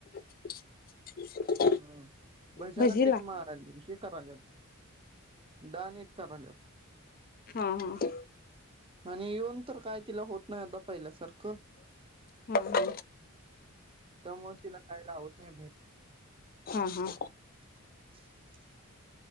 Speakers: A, on the left; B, on the right.
A: <inaudible>
B: हो भज्याला
A: भजीला
B: पीठ मळ <unintelligible> कराल्यात डाळ निट कराल्यात
A: हा -हा
B: आणि येऊन तर काय तिला होत नाही अग पहिल्या सारख ख.
A: हा हा
B: त्यामुळे तिला काय लावत नाही बे
A: हा हा.
B: <inaudible>